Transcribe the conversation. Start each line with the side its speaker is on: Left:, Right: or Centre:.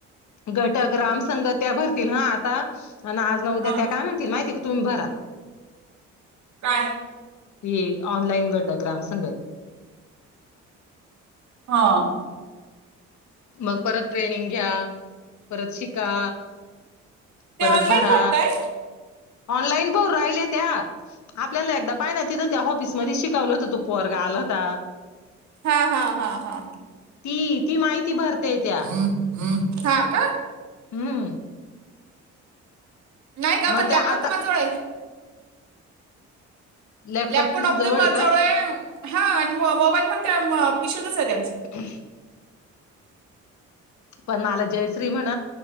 Left: घटक राम संघ त्या भरतील हा आता आज न उद्या
Right: हा
Left: त्या काय म्हणात ती माहिती का तुम्ही भरा
Right: काय
Left: ते ऑनलाईन घटक रामसंघ
Right: हा
Left: मग परत ट्रेनिंग घ्या परत शिका परत
Right: ते ऑनलाईन
Left: भरा
Right: भरताय
Left: ऑनलाईन भरू राहिले त्या आपल्याला एकदा पाय ना तिथं त्या ऑफिसमध्ये शिकवलं होत तू पोरगा आला होता
Right: हा हा हा हा
Left: ती ती माहिती भरतय त्या
Right: <unintelligible> हा का
Left: हुं
Right: नाही का
Left: मग
Right: पण
Left: त्या
Right: लॅपटॉप
Left: आता
Right: तर माझजवळ आहे
Left: लॅपटॉप
Right: लॅपटॉट
Left: तुझ्या
Right: ऑप द
Left: आहे का
Right: जवळ आहे हा आणि मोबाईल पण त्या पिशवितच आहे त्यांच
Left: <unintelligible> पण मला जयश्री म्हण